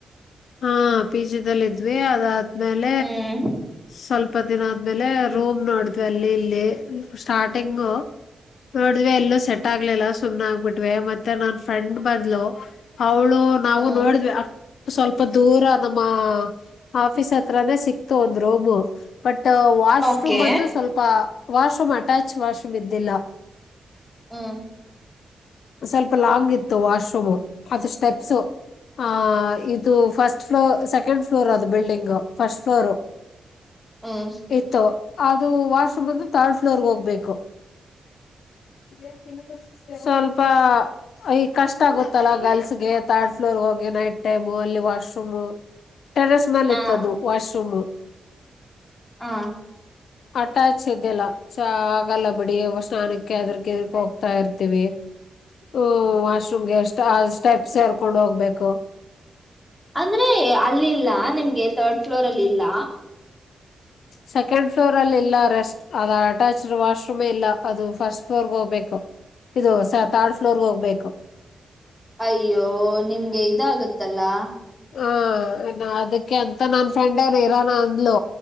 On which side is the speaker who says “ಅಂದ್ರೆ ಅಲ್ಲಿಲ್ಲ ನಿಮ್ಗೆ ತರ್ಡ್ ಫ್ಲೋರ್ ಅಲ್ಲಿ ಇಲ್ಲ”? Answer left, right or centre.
Centre